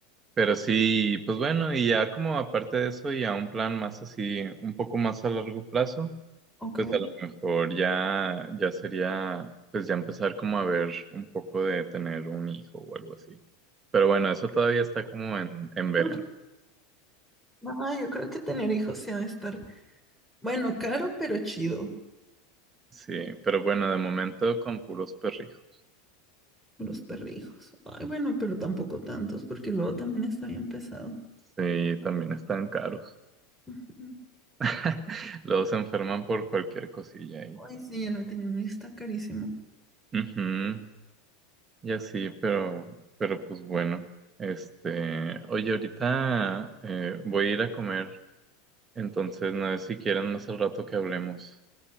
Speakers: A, on the right; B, in the centre.
A: Pero sí, pues bueno, y ya como aparte de eso, ya un plan más así, un poco más a largo plazo,
B: Ok.
A: pues a lo mejor ya, ya sería, pues ya empezar como a ver un poco de tener un hijo o algo así. Pero bueno, eso todavía está como en, en verano.
B: <laughs> No, yo creo que tener hijos se ha de estar Bueno, caro, pero chido.
A: Sí, pero bueno, de momento con puros perrijos.
B: Los perrijos. Ay, bueno, pero tampoco tantos, porque luego también está bien pesado.
A: Sí, también están caros.
B: Ujú.
A: <laughs> Los enferman por cualquier cosilla y,
B: Ay, sí, el veterinario está carísimo.
A: Ujú, y así, pero, pero pues bueno. Este, oye, ahorita eh, voy a ir a comer, entonces no sé si quieren más al rato que hablemos.